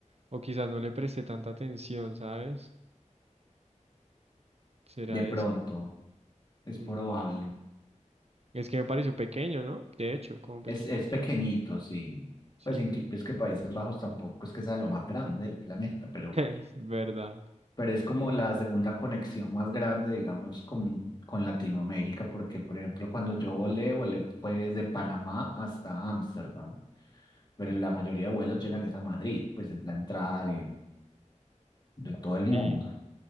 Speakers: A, on the right (about 55°); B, on the left (about 35°).
A: O quizás no le presté tanta atención, ¿sabes? ¿Será
B: de pronto,
A: eso?
B: es
A: Mm,
B: probable.
A: Es que me pareció pequeño, ¿no? De hecho, como pequeñito.
B: Es, es pequeñito, sí.
A: Sí,
B: Pues inclu- es que Países Bajos tampoco es que sea lo más grande del planeta, pero,
A: <laughs> es verdad.
B: pero es como la segunda conexión más grande, digamos, con, con Latinoamérica, porque, por ejemplo, cuando yo volé, volé pues de Panamá hasta Ámsterdam, pero la mayoría de vuelos llegan es a Madrid, pues es la entrada de, de todo el mundo.
A: Sí,